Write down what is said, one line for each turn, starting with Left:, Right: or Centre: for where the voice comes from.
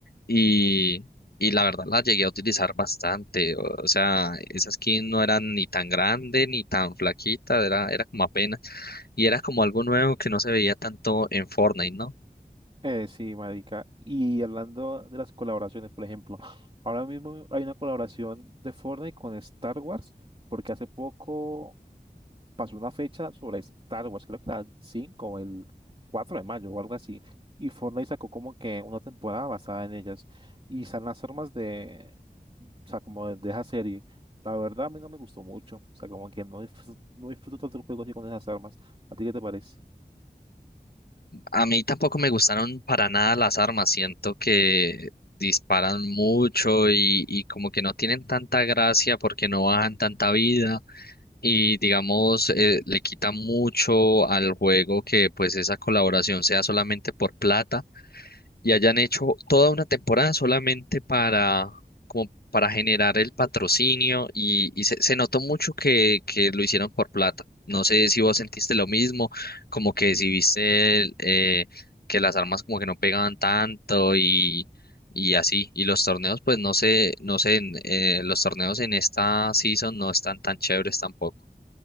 Left: y, y la verdad la llegué a utilizar bastante. O, o sea, esa skin no era ni tan grande ni tan flaquita, era, era como apenas. Y era como algo nuevo que no se veía tanto en Fortnite, ¿no?
Right: Eh, sí, marica. Y hablando de las colaboraciones, por ejemplo, ahora mismo hay una colaboración de Fortnite con Star Wars porque hace poco pasó una fecha sobre Star Wars, creo que era el cinco o el cuatro de mayo o algo así, y Fortnite sacó como que una temporada basada en ellas y están las armas de, o sea, como de, de esa serie. La verdad a mí no me gustó mucho, o sea, como que no disfruto, no disfruto tanto el juego así con esas armas. ¿A ti qué te parece?
Left: A mí tampoco me gustaron para nada las armas. Siento que disparan mucho y, y como que no tienen tanta gracia porque no bajan tanta vida. Y digamos, eh, le quita mucho al juego que pues esa colaboración sea solamente por plata y hayan hecho toda una temporada solamente para, como para generar el patrocinio y, y se, se notó mucho que, que lo hicieron por plata. No sé si vos sentiste lo mismo, como que si viste el, eh, que las armas como que no pegaban tanto y, y así. Y los torneos, pues no sé, no sé, en, eh, los torneos en esta season no están tan chéveres tampoco.